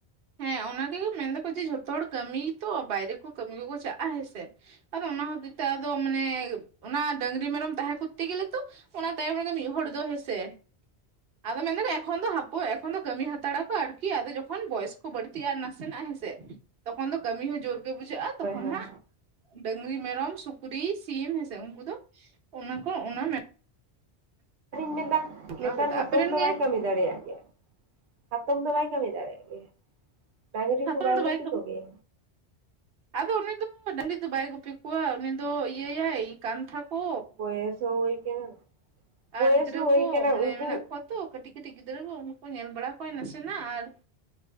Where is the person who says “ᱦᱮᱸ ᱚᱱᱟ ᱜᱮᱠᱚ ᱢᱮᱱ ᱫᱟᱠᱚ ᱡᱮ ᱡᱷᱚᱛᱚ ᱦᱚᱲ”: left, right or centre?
Right